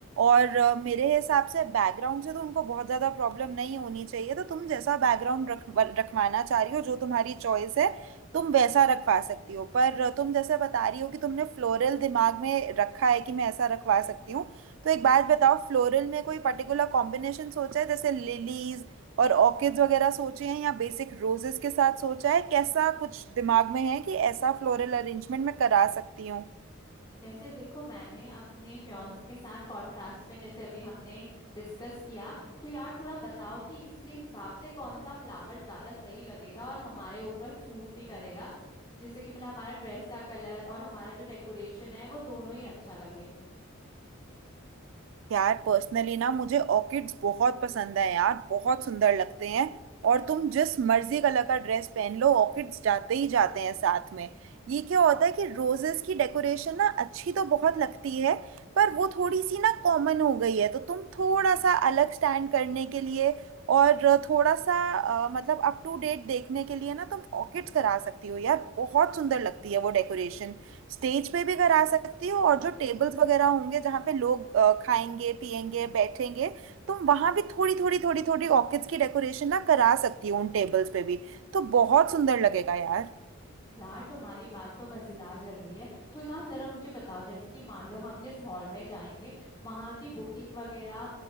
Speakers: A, on the right (about 65°); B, on the left (about 20°).
A: और अ, मेरे हिसाब से बैकग्राउंड से तो उनको बहुत ज़्यादा प्रॉब्लम नहीं होनी चाहिए तो तुम जैसा बैकग्राउंड रख रखवाना चाह रही हो जो तुम्हारी चॉइस है तुम वैसा रखवा सकती हो पर तुम जैसे बता रही हो कि तुमने फ्लोरल दिमाग में रखा है कि मैं ऐसा रखवा सकती हूँ तो एक बात बताओ फ्लोरल में कोई पर्टिकुलर कॉम्बिनेशन सोचा है जैसे लिलीज और ऑर्किड्स वगैरह सोचे हैं या बेसिक रोजेस के साथ सोचा है कैसा कुछ दिमाग में है कि ऐसा फ्लोरल अरेंजमेंट मैं करा सकती हूँ
B: जैसे देखो मैंने अपने फ्योंसे के साथ कॉन्ट्रास्ट में जैसे अभी हमने डिस्कस किया तो यार थोड़ा बताओ कि इसके हिसाब से कौन सा फ्लावर ज्यादा सही लगेगा और हमारे ऊपर सूट भी करेगा जिससे कि मतलब हमारा ड्रेस का कलर और हमारा जो डेकोरेशन है वो दोनों ही अच्छा लगे
A: यार पर्सनली ना मुझे ऑर्किड्स बहुत पसंद है यार बहुत सुंदर लगते हैं और तुम जिस मर्जी कलर का ड्रेस पहन लो ऑर्किड्स जाते ही जाते हैं साथ में ये क्या होता है कि रोजेस की डेकोरेशन ना अच्छी तो बहुत लगती है पर वो थोड़ी सी ना कॉमन हो गई है तो तुम थोड़ा सा अलग स्टैंड करने के लिए और थोड़ा सा अ, मतलब अप टू डेट देखने के लिए ना तुम ऑर्किड्स करा सकती हो यार बहुत सुंदर लगती है वो डेकोरेशन स्टेज पे भी करा सकती हो और जो टेबल्स वगैरह होंगे जहाँ पे लोग अ, खाएंगे पिएंगे बैठेंगे तुम वहां भी थोड़ी थोड़ी थोड़ी थोड़ी ऑर्किड्स की डेकोरेशन ना करा सकती हो उन टेबल्स पे भी तो बहुत सुंदर लगेगा यार
B: यार तुम्हारी बात तो मजेदार लग रही है तो ना जरा मुझे बताओ जैसे कि मान लो हम जिस हॉल में जाएंगे वहां की बुकिंग वगैरह